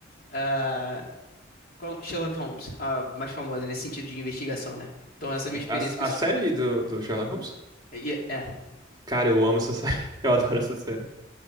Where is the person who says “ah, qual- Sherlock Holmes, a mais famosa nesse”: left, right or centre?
Left